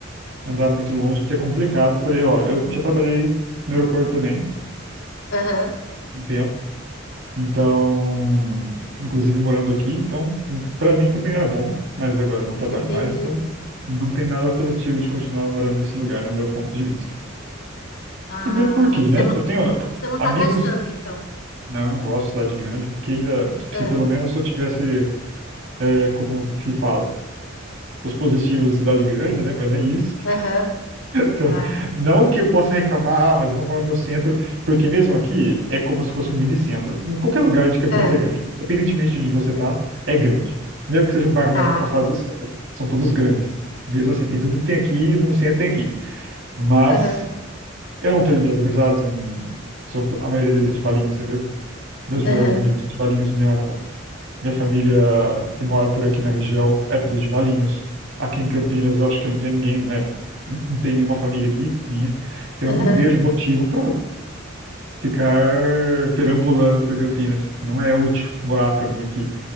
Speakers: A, on the right (about 75°); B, on the left (about 80°).
A: andar muito longe, porque é complicado. Por aí, ó, eu já trabalhei no aeroporto também,
B: Aham,
A: um tempo, então, inclusive morando aqui, então, para mim também era bom, mas agora eu não trabalho
B: entendi.
A: mais, então não tem nada positivo de continuar morando nesse lugar, no meu ponto de vista.
B: Ah,
A: Primeiro porque,
B: você
A: né,
B: não,
A: eu tenho
B: você não
A: amigos,
B: tá gostando, então.
A: não, eu não gosto de cidade grande, que ainda,
B: Ah,
A: se pelo menos eu tivesse, é, como que fala, os positivos da cidade grande, né, mas nem isso.
B: Aham,
A: que eu-
B: ai,
A: Não que eu possa reclamar, ah, mas eu não moro no centro, porque mesmo aqui é como se fosse um mini centro. Em qualquer lugar de Campinas
B: ah,
A: é grande, independentemente de onde você tá, é grande. Mesmo que seja um bairro
B: tá.
A: mais afastado do centro, são todos grandes. Mesmo assim, tem tudo que tem aqui, no centro tem aqui. Mas
B: Aham,
A: eu não tenho minhas amizades, eu não... são, to- a maioria deles é de Valinhos, entendeu? Meus
B: aham,
A: melhores amigos são de Valinhos, minha minha família que mora por aqui na região é tudo de Valinhos. Aqui em Campinas eu acho que não tem ninguém, né? Não não tem nenhuma família aqui, minha. Então
B: aham.
A: eu não vejo motivo para ficar perambulando por Campinas. Não é útil morar para mim aqui.